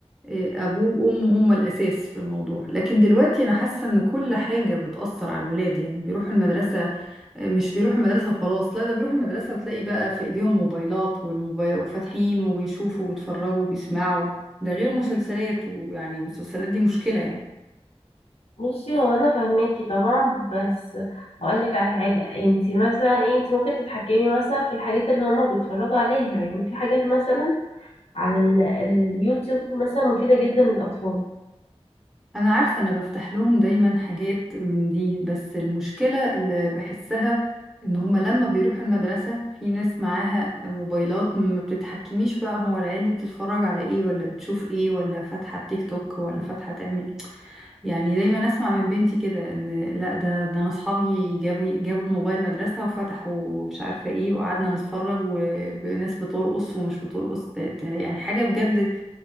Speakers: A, in the centre; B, on the left.
A: آه، ابوه وامه هما الاساس في الموضوع لكن دلوقتي انا حاسة ان كل حاجة بتأثر على الولاد يعني بيروحوا المدرسة آه، مش بيروحوا المدرسة وخلاص لا ده بيروحوا المدرسة وتلاقي بقى في ايديهم موبايلات والموبايل وفاتحين وبيشوفوا وبيتفرجوا وبيسمعوا ده غير مسلسلات ويعني المسلسلات دي مشكلة يعني
B: بصي هو انا فاهماكي طبعا بس هقول لك على حاجه انت مثلا ايه انت ممكن تتحكمي مثلا في الحاجات اللي هما بيتفرجوا عليها يعني في حاجات مثلا على ال- اليوتيوب مثلا مفيده جدا للاطفال
A: انا عارفة انا بفتح لهم دايما حاجات من دي بس المشكلة اللي بحسها ان هما لما بيروحوا المدرسة في ناس معاها موبايلات ما بتتحكميش بقى هو العيال دي بتتفرج على ايه ولا بتشوف ايه ولا فاتحة تيك توك ولا فاتحة تعمل يعني دايما اسمع من بنتي كده ان لا ده ده انا اصحابي جابوا جابوا الموبايل مدرسة وفتحوا مش عارفة ايه وقعدنا نتفرج وناس بترقص ومش بترقص يعني حاجة بجد